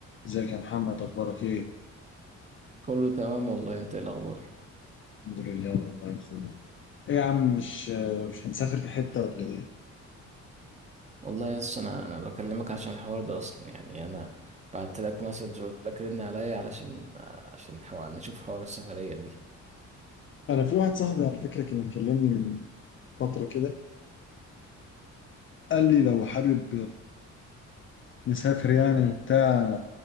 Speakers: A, on the left; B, on the right.
A: ازيك يا محمد اخبارك ايه
B: كله تمام والله انت ايه الاخبار
A: الحمد لله والله يا اخويا ايه يا عم مش مش هنسافر في حته ولا ايه
B: والله يا اسطى انا انا بكلمك عشان الحوار ده اصلا يعني انا بعت لك مسج قلت لك رن عليا علشان عشان حوار نشوف حوار السفريه دي
A: انا في واحد صاحبي على فكره كان مكلمني من فتره كده قال لي لو حابب نسافر يعني وبتاع